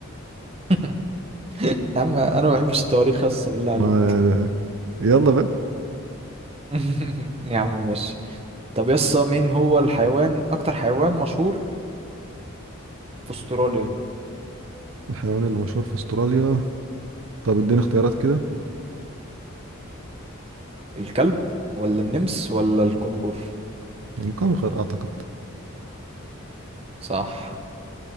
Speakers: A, on the right; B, on the right.
A: <laughs> يا عم انا ما بحبش التواريخ يا اسطى بالله
B: ما
A: عليك
B: يلا بقى
A: <laughs> يا عم ماشي طب يا اسطى مين هو الحيوان اكتر حيوان مشهور في استراليا
B: الحيوان اللي مشهور في أستراليا طب اديني اختيارات كده
A: الكلب ولا النمس ولا الكنغر
B: الكنغر أعتقد
A: صح